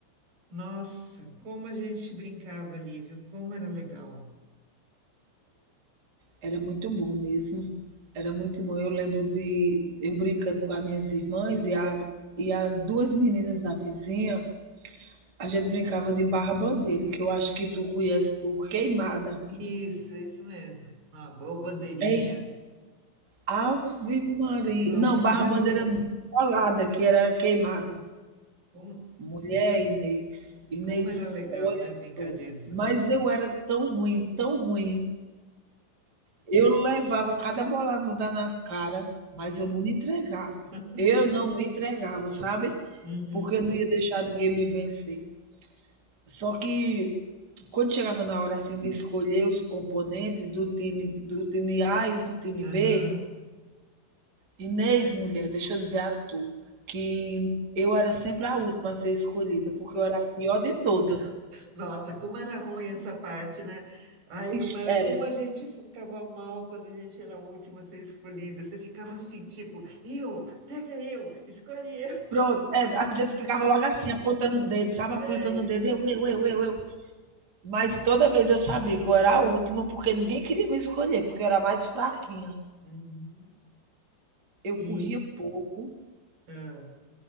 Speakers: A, on the right (about 55°); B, on the right (about 30°).
A: Nossa, como a gente brincava ali, viu? Como era legal.
B: Era muito bom mesmo. Era muito bom. Eu lembro de eu brincando com as minhas irmãs e, a, e as duas meninas da vizinha A gente brincava de barra-bandeira, que eu acho que tu conhece por queimada.
A: Isso, isso mesmo. Ó, Ou bandeirinha.
B: Ei, ave Maria.
A: Nossa,
B: Não, barra-bandeira
A: como era, le-
B: bolada, que era queimada.
A: como,
B: Mulher, Inês. Inês,
A: como era legal,
B: olha
A: né, brincar
B: só.
A: disso.
B: Mas eu era tão ruim, tão ruim. Eu levava cada bolada na cara, mas eu não me entregava.
A: <laughs>
B: Eu não me entregava, sabe?
A: Uhum.
B: Porque eu não ia deixar ninguém me vencer. Só que quando chegava na hora assim de escolher os componentes do time do time A e do time
A: Aham.
B: B, Inês, mulher, deixa eu dizer a tu, que eu era sempre a última a ser escolhida, porque eu era a pior de todas.
A: Nossa, como era ruim essa parte, né? Ai,
B: Ixi,
A: como era,
B: Era.
A: como a gente ficava mal quando a gente era a última a ser escolhida. Você ficava assim, tipo, eu, pega eu, escolhe eu.
B: Pronto,
A: <laughs>
B: é, a gente ficava logo assim, apontando o dedo, sabe? Apontando
A: É isso.
B: o dedo, eu, eu, eu, eu, eu. Mas toda vez eu sabia que eu era a última, porque ninguém queria me escolher, porque eu era mais fraquinha.
A: Uhum.
B: Eu
A: E,
B: corria pouco,
A: ah,